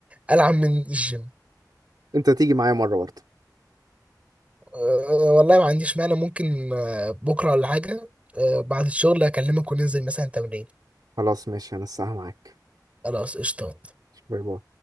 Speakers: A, on the right (about 20°); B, on the right (about 65°).
A: العب من الجيم
B: انت تيجي معايا مرة برضه
A: أه والله ما عنديش مانع ممكن آه، بكره ولا حاجه أه بعد الشغل اكلمك وننزل مثلا تمرين
B: خلاص ماشي انا الساعة معاك
A: خلاص قشطه
B: باي باي